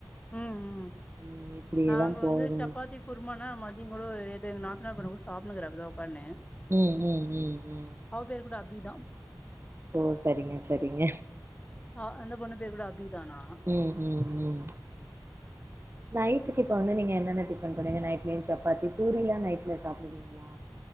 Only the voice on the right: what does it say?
ம் இப்டியேதா
போகுதுங்க
ம் ம் ம் ம்
ஓ சரிங்க சரிங்க
ம் ம் ம் நைட்டுக்கு இப்போ வந்து நீங்க என்னென்ன டிஃபன் பண்வீங்க நைட்லயு சப்பாத்தி பூரிலா நைட்ல சாப்பிடுவீங்ளா